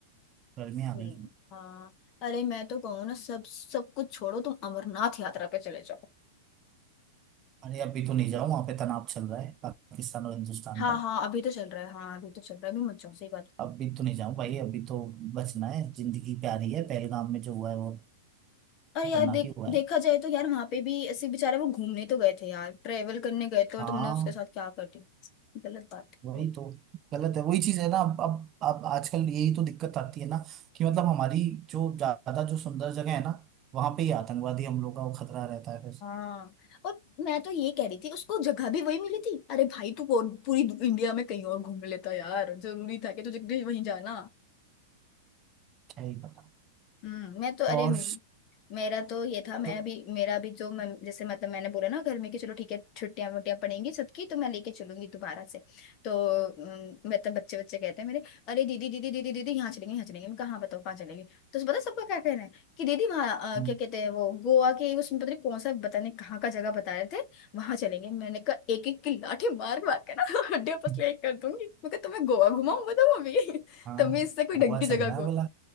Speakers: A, on the right; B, on the left.
A: गर्मी आ
B: हम्म,
A: गई
B: हाँ अरे मैं तो कहूँ ना सब सब कुछ छोड़ो तुम अमरनाथ यात्रा पे चले जाओ
A: अरे अभी तो नहीं जाऊँ वहां पे तनाव चल रहा है पाकिस्तान और हिंदुस्तान
B: हाँ
A: का
B: हाँ अभी तो चल रहा है हाँ अभी तो चल रहा है अभी मत जाओ सही बात
A: अभी तो नहीं जाऊँ भाई अभी तो बचना है जिंदगी प्यारी है पहलगाम में जो हुआ है वो
B: अरे
A: खतरनाक
B: यार देख
A: ही हुआ है
B: देखा जाए तो यार वहां पे भी ऐसे बेचारे वो घूमने तो गए थे यार ट्रेवल करने गए थे और
A: हाँ
B: तुमने उसके साथ क्या कर दिया गलत बात है
A: वही
B: वो।
A: तो गलत है वही चीज है ना अब अब अब आजकल यही तो दिक्कत आती है ना कि मतलब हमारी जो ज्यादा जो सुंदर जगह है ना वहां पे ही आतंकवादी हमलों का वो खतरा रहता है फिर
B: हाँ और मैं तो ये कह रही थी उसको जगह भी वही मिली थी अरे भाई तू और पूरी इंडिया में कहीं और घूम लेता यार जरूरी था कि तुझे वहीं जाना
A: क्या ही पता
B: हम्म मैं तो
A: और
B: अरे मेरा तो ये था मैं
A: जो
B: भी मेरा भी जो मैं जैसे मतलब मैंने बोला ना घर में कि चलो ठीक है छुट्टियां वुट्टियां पड़ेंगी सबकी तो मैं लेके चलूंगी दोबारा से तो अम, मतलब बच्चे बच्चे कहते हैं मेरे अरे दीदी दीदी दीदी दीदी यहाँ चलेंगे यहाँ चलेंगे मैं कहाँ बताओ कहाँ चलेंगे तो पता है सबका क्या कहना है कि दीदी वहाँ अ,
A: हम्म,
B: क्या कहते हैं वो गोवा के उसमें पता नहीं कौन सा बताने कहाँ का जगह बता रहे थे वहां चलेंगे मैंने कहा एक एक की लाठी मार मार के ना <laughs> हड्डियां पसलियाँ
A: हम्म,
B: एक कर दूंगी मैं कहा तुम्हें गोवा घुमाऊं बताओ अभी <laughs>
A: हाँ
B: तब भी इससे कोई
A: गोवा
B: ढंग की
A: चलना
B: जगह
A: है
B: को
A: बोला